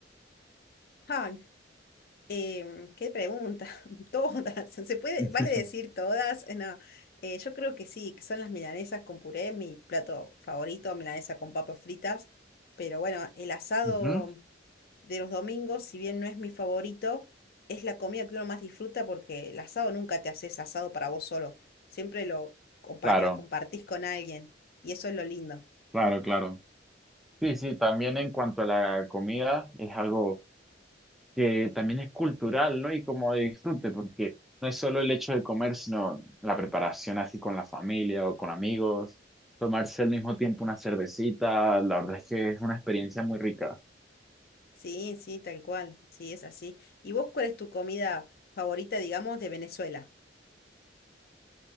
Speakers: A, on the left (about 55°); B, in the centre.
A: Ah, Em, ¿qué pregunta? <laughs> Todas. ¿Se puede,
B: <laughs>
A: vale decir todas? Eh, No, eh, yo creo que sí, que son las milanesas con puré, mi plato favorito, milanesa con papas fritas. Pero bueno, el asado
B: Ujú.
A: de los domingos, si bien no es mi favorito, es la comida que uno más disfruta porque el asado nunca te haces asado para vos solo. Siempre lo, compa-
B: Claro,
A: lo compartís con alguien y eso es lo lindo.
B: claro, claro. Sí, sí, también en cuanto a la comida, es algo que también es cultural, ¿no? Y como de disfrute, porque no es solo el hecho de comer, sino la preparación así con la familia o con amigos, tomarse al mismo tiempo una cervecita, la verdad es que es una experiencia muy rica.
A: Sí, sí, tal cual. Sí, es así. ¿Y vos cuál es tu comida favorita, digamos, de Venezuela? <laughs>